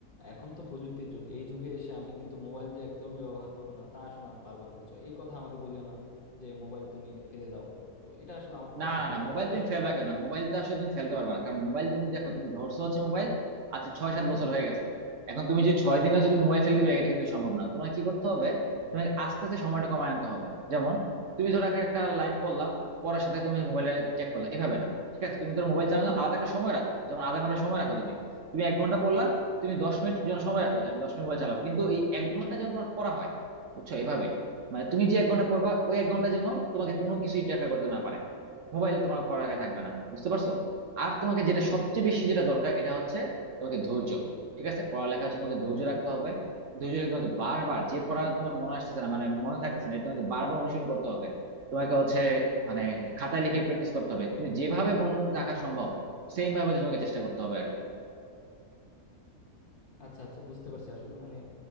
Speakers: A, on the left; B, on the right.
A: এখন তো প্রযুক্তির যুগ এই যুগে এসে আমি কিন্তু মোবাইল যে একদমই ব্যবহার করব না তা আসলে আমি পারবো না বুঝছো এই কথা আমাকে বলিও না যে মোবাইল তুমি ফেলে দাও তো এটা আসলে আমার পক্ষে
B: না
A: সম্ভব
B: না না মোবাইল
A: না তো
B: তুমি
A: আসলে
B: ফেলবা
A: বন্ধু
B: কেন মোবাইল তো আসলে তুমি ফেলতে পারবে না
A: হুম,
B: কারণ মোবাইল তুমি দেখো তুমি ধরছো হচ্ছে মোবাইল আচ্ছা ছয় সাত বছর হয়ে গেছে এখন তুমি যে ছয় দিন
A: হুম,
B: হচ্ছে তুমি মোবাইল ফেলতে দেবে এটা কিন্তু সম্ভব না তোমার কি করতে হবে
A: হুম,
B: তোমাকে
A: হুম।
B: আস্তে আস্তে সময়টা কমায় আনতে হবে যেমন তুমি ধরো একটা একটা লাইন পড়লা পড়ার সাথে তুমি মোবাইলে চেক করলা এভাবে না ঠিক আছে তুমি ধরো মোবাইল চালানোর জন্য আলাদা একটা সময় রাখো যেমন আধা ঘন্টা সময় রাখো তুমি তুমি এক ঘন্টা পড়লা তুমি দশ মিনিট যেন সময় রাখো যে আমি দশ মিনিট মোবাইল চালাবো কিন্তু এই এক ঘন্টা যেন তোমার পড়া হয় বুঝছো এভাবে মানে তুমি যে এক ঘন্টা পড়বা ওই এক ঘন্টা যেন তোমাকে কোনো কিছু ইন্টারফেয়ার করতে না পারে মোবাইল তোমার পড়ার আগে থাকবে না বুঝতে পারছো আর তোমাকে যেটা সবচেয়ে বেশি যেটা দরকার এটা হচ্ছে তোমাকে ধৈর্য ঠিক আছে পড়ালেখা হচ্ছে তোমাকে ধৈর্য রাখতে হবে ধৈর্য রেখে তোমাকে বারবার যে পড়া তোমার মনে আসতেছে না মানে মনে থাকতেছে না এটা তোমাকে বারবার অনুশীলন করতে হবে তোমাকে হচ্ছে মানে খাতায় লিখে প্র্যাকটিস করতে হবে তুমি যেভাবে মনে রাখা সম্ভব সেম ভাবে হচ্ছে তোমাকে চেষ্টা করতে হবে আর কি
A: আচ্ছা আচ্ছা বুঝতে পারছি আসলে মানে